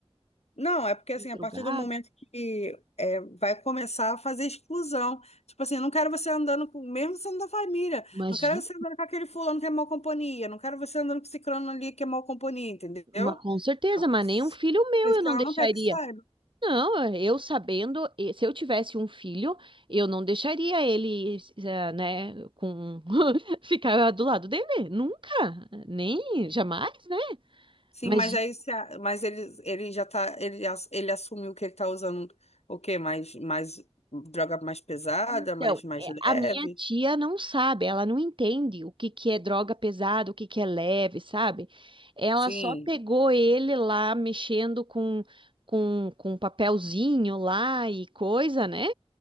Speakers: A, on the left (about 80°); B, on the right (about 50°).
A: Não, é porque assim,
B: um drogado.
A: a partir do momento que é, vai começar a fazer exclusão. Tipo assim, eu não quero você andando com, mesmo sendo da família,
B: Imagina,
A: não quero você andando com aquele fulano que é mau companhia, não quero você andando com esse crano ali que é mau companhia, entendeu?
B: ma- com certeza,
A: A-
B: mas nem um filho meu
A: Por isso
B: eu
A: que
B: não
A: ela
B: deixaria.
A: não quer que saiba.
B: Não, eu sabendo, eh, se eu tivesse um filho, eu não deixaria ele, eh, né, com <laughs> ficar do lado dele. Nunca, nem, jamais, né?
A: Sim,
B: imagina
A: mas aí se a- mas ele, ele já tá, ele, ass- ele assumiu que ele tá usando o quê? Mais, mais droga mais pesada,
B: Então,
A: mais, mais
B: é,
A: leve?
B: a minha tia não sabe, ela não entende o que que é droga pesada, o que que é leve, sabe? Ela
A: Sim,
B: só pegou ele lá mexendo com, com, com papelzinho lá e coisa, né?